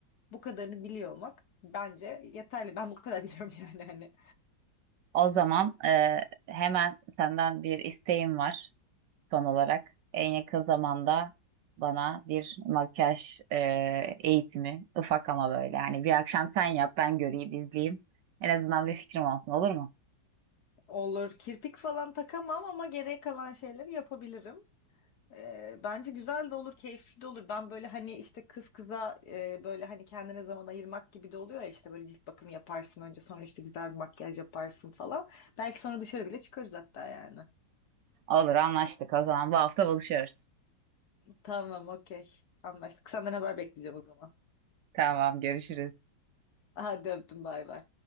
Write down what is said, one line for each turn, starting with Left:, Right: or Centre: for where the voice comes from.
Left: bu kadarını biliyor olmak bence yeterli. Ben bu kadar <laughs> biliyorum yani hani.
Right: O zaman e, hemen senden bir isteğim var son olarak. En yakın zamanda bana bir makyaj e, eğitimi ufak ama böyle. Hani bir akşam sen yap ben göreyim izleyeyim. En azından bir fikrim olsun olur mu?
Left: Olur kirpik falan takamam ama geriye kalan şeyleri yapabilirim. Ee, bence güzel de olur, keyifli de olur. Ben böyle hani işte kız kıza e, böyle hani kendine zaman ayırmak gibi de oluyor ya işte böyle cilt bakımı yaparsın önce sonra işte güzel bir makyaj yaparsın falan. Belki sonra dışarı bile çıkarız hatta yani.
Right: Olur anlaştık o zaman bu hafta buluşuyoruz.
Left: Tamam, okey. Anlaştık. Senden haber bekleyeceğim o zaman.
Right: Tamam görüşürüz.
Left: Hadi öptüm, bay bay.